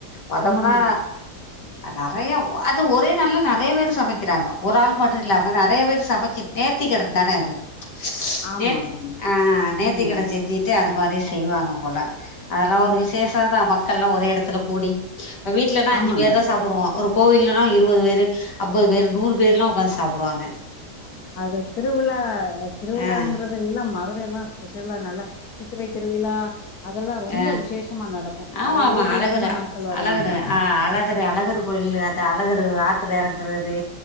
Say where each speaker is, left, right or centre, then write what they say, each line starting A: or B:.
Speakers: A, on the left (about 80°); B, on the left (about 65°).
A: பத்த
B: ம்.
A: குனா நறயா அது ஒரே நாள்ல நறய பேர் சமக்கிறாங்க ஒரு ஆள் மட்டு இல்லாம நறய பேரு சமச்சு நேத்திக்கடன் தானே அது
B: ஆமாமாங்க.
A: நேத்தி ஆ நேத்திக்கட
B: ம்.
A: செஞ்சுட்டு அது மாரி செய்வாங்க போல அதலா ஒரு
B: ம்.
A: விசேஷ தா கல்லா ஒரே எடத்துல கூடி இப்ப வீட்லனா அஞ்சுபேர்
B: ஆமாங்க.
A: தா சாப்டுவோ ஒரு கோவில்லனா இருவது வேர் அம்பது பேரு நூறு பேருலா உக்காந்து சாப்டுவாங்க
B: அது திருவுழா திருவுழாங்கறதுல்லா
A: ஆ
B: மதுரயலா ஸ்பெஷலா நல்லா சித்திரை திருவிழா அதெல்லா ரொம்ப
A: அ
B: விசேஷமா நடக்கு
A: ஆமாமா
B: பல ஊர்ல
A: அழகரா
B: இருந்து மக்கள் வருவாங்க
A: அழகரு ஆ அழகரு அழகரு கோயிலு த அழகரு ஆத்துல எறங் ங்கறது